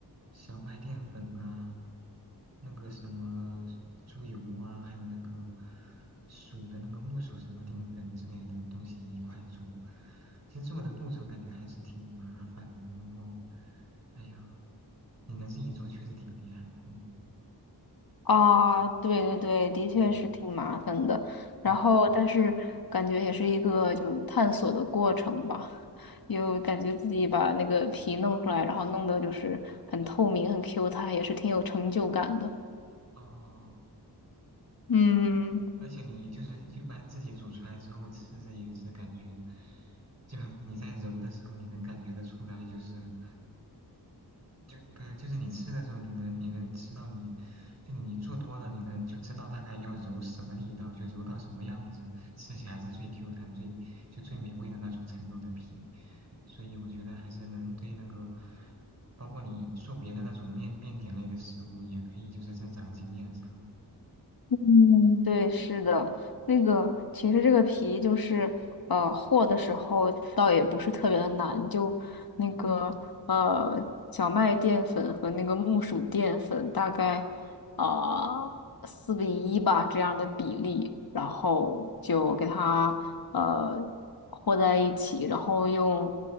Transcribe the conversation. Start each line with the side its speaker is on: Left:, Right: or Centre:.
Right: 小麦淀粉啊，那个什么猪油啊，还有那个薯的那个木薯什么淀粉之类的东西一块做。其实做的步骤感觉还是挺麻烦的，然后，哎呀，你能自己做确实挺厉害，嗯
Left: 啊，对对对，的确是挺麻烦的。
Right: 嗯
Left: 然后，
Right: 嗯，
Left: 但是感觉也是一个就探索的过程吧，又感觉自己把那个皮弄出来，然后弄得就是很透明、很 Q 弹，也是挺有成就感的。
Right: 哦。
Left: 嗯。
Right: 而且你就是一般自己煮出来之后吃着也是感觉，就你在揉的时候你能感觉得出来，就是就不是就是你吃的时候你能你能吃到你，就你做多了你能就知道大概要揉什么力道，就揉到什么样子，吃起来是最 Q 弹最就最美味的那种程度的皮，所以我觉得还是能对那个。包括你做别的那种面面点类的食物，也可以就是增长经验啥的。
Left: 嗯，对，是的，那个其实这个皮就是，呃，和的时候倒也不是特别的难，就那个呃小麦淀粉和那个木薯淀粉大概啊四比一吧这样的比例，然后就给它呃和在一起，然后用